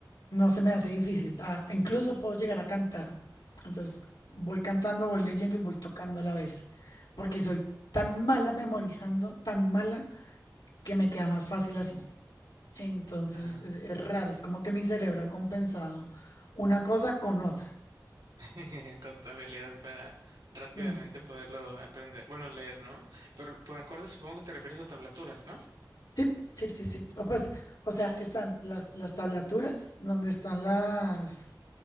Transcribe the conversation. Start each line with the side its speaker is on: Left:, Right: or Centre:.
Left: no se me hace difícil. Ah, incluso puedo llegar a cantar. Entonces, voy cantando, voy leyendo y voy tocando a la vez, porque soy tan mala memorizando, tan mala, que me queda más fácil así. Entonces
Right: Ah,
Left: es, es raro, es como que mi cerebro ha compensado una cosa con otra.
Right: <laughs> Con tu habilidad para rápidamente
Left: Mm.
Right: poderlo aprender, bueno, leer, ¿no? Pero por acordes supongo que te refieres a tablaturas, ¿no?
Left: Sí, sí, sí, sí. O pues, o sea, están las, las tablaturas, donde están las,